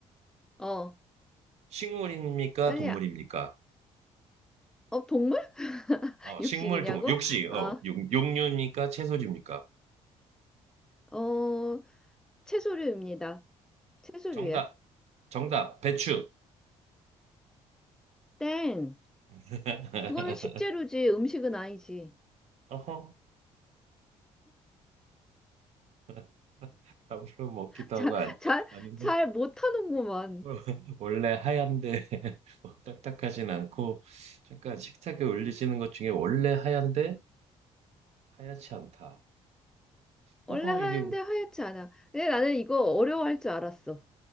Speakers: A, in the centre; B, on the right (about 65°).
A: 어,
B: 식물입니까?
A: 빨리야.
B: 동물입니까?
A: 어, 동물? <laughs>
B: 어, 식물,
A: 육식이냐고?
B: 동물. 육식,
A: 아,
B: 어, 육, 육류입니까? 채소입니까?
A: 어, 어, 채소류입니다. 채소류야.
B: 정답, 정답, 배추.
A: 땡.
B: <laughs>
A: 그거는 식재료지. 음식은 아니지.
B: 어허. <laughs> 밥으로 먹기도
A: <laughs> 잘
B: 하고 아니,
A: 잘,
B: 아닌데
A: 잘 못하는구만.
B: <laughs> 원래 하얀데 <laughs> 뭐 딱딱하진 않고 잠깐 식탁에 올리시는 것 중에 원래 하얀데 하얗지 않다. 어허
A: 원래 하는데
B: 이게 뭐-
A: 하얗지 않아. 근데 나는 이거 어려워할 줄 알았어.